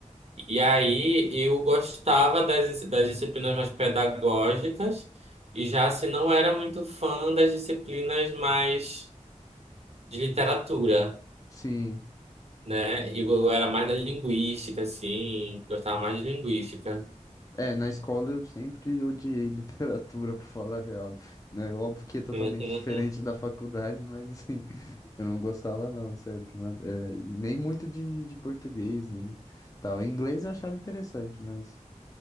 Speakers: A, on the right; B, on the left.
A: E aí eu gostava das, das disciplinas mais pedagógicas, e já se não era muito fã das disciplinas mais de literatura,
B: Sim.
A: né? Eu, eu era mais da linguística, assim, gostava mais de linguística.
B: É, na escola eu sempre odiei literatura, <laughs> pra falar a real, né? é Óbvio que é totalmente
A: <laughs>
B: diferente da faculdade, mas assim, <laughs> eu não gostava não, sério, que ma- é, nem muito de, de português, nem tal. Inglês eu achava interessante, mas,